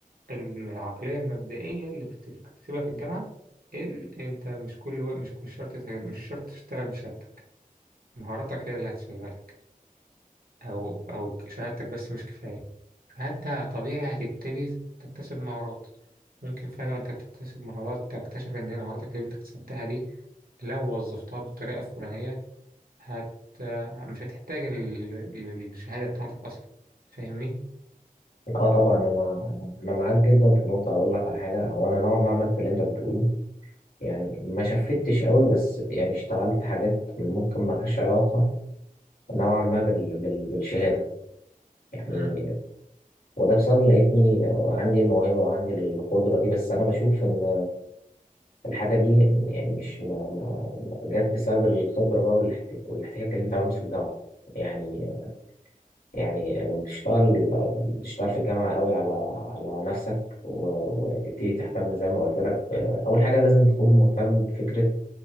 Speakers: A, on the right; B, on the left.
A: العقلية المبدئية اللي بت- بتكتسبها في الجامعة إن أنت مش كل وقت مش مش شرط تت- مش شرط تشتغل بشهادتك مهاراتك هي اللي هتشغلك أو أو شهادتك بس مش كفاية فأنت طبيعي هتبتدي تكتسب مهارات ممكن فجأة أنت تكتسب مهارات تكتشف إن هي مهاراتك اللي أنت اكتسبتها دي لو وظفتها بالطريقة الفلانية هت مش هتحتاج لل- للشهادة بتاعتك أصلا فاهمني؟
B: اه طبعا انا انا أنا معاك جدا في نقطة اقول لك على حاجة او انا نوعا ما عملت اللي انت بتقوله يعني ما شفتش قوي بس يعني اشتغلت حاجات ممكن ملهاش علاقة نوعا ما بال... بال... بالشهادة يعني
A: امم
B: وده بسبب إن لقيتني آه، عندي الموهبة وعندي القدرة دي بس انا بشوف ان الحاجة دي يعني مش ما... ما... جت بسبب الخبرة بقى والاحتك... والاحتكاك اللي انت عملته في الجامعة يعني يعني لما بتشتغل بتشتغل في الجامعة قوي على على نفسك و- وتبتدي تهتم زي ما قلت لك ب- أول حاجة لازم تكون مهتم بفكرة